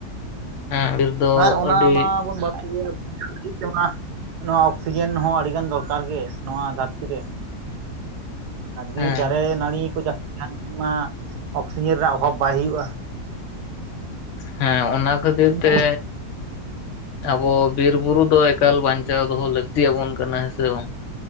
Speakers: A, on the left; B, on the right.
A: ᱦᱮᱸ ᱵᱤᱨ ᱫᱚ
B: ᱟᱨ ᱚᱱᱟ
A: ᱟᱹᱰᱤ
B: ᱢᱟ ᱵᱚᱱ ᱵᱟᱲ <unintelligible> ᱱᱚᱣᱟ ᱚᱠᱥᱤᱡᱮᱱ ᱦᱚᱸ ᱟᱹᱰᱤ ᱜᱟᱱ ᱫᱚᱨᱠᱟᱨ ᱜᱮ ᱱᱚᱣᱟ ᱫᱷᱟᱨᱛᱤ ᱨᱮ ᱾ ᱟᱨ ᱵᱤᱨ
A: ᱦᱮᱸ
B: ᱫᱟᱨᱮ ᱱᱟᱹᱲᱤᱸ ᱠᱚ ᱡᱟᱥ <unintelligible> ᱢᱟ ᱚᱠᱥᱤᱡᱮᱱ ᱨᱮᱱᱟᱜ ᱚᱵᱷᱟᱵ ᱵᱟᱭ ᱦᱩᱭᱩᱜ-ᱟ ᱾
A: ᱦᱮᱸ ᱚᱱᱟ ᱠᱷᱟᱹᱛᱤᱨ
B: ᱢᱮᱱᱠᱷᱟᱱ
A: ᱛᱮ ᱟᱵᱚ ᱵᱤᱨ ᱵᱩᱨᱩ ᱫᱚ ᱮᱠᱟᱞ ᱵᱟᱧᱪᱟᱣ ᱫᱚᱦᱚ ᱞᱟᱹᱠᱛᱤᱭ ᱟᱵᱚᱱ ᱠᱟᱱᱟ ᱦᱮᱸᱥᱮ ᱵᱟᱝ?